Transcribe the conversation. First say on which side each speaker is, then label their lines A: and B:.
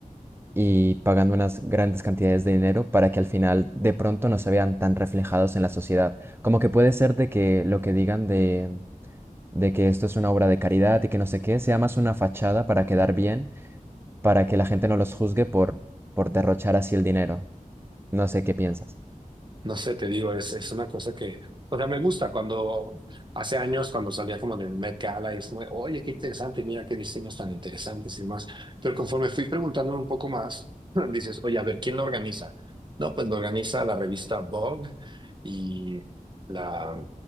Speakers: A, on the right (about 15°); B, on the right (about 35°).
A: y pagando unas grandes cantidades de dinero para que al final de pronto no se vean tan reflejados en la sociedad. Como que puede ser de que lo que digan de... de que esto es una obra de caridad y que no sé qué, sea más una fachada para quedar bien, para que la gente no los juzgue por, por derrochar así el dinero. No sé qué piensas.
B: No sé, te digo, es, es una cosa que, o sea, me gusta cuando hace años, cuando salía como del Met Gala y es como, oye, qué interesante, mira qué diseños tan interesantes y demás. Pero conforme fui preguntándome un poco más, <laughs> dices, oye, a ver, ¿quién lo organiza? No, pues lo organiza la revista Vogue y la,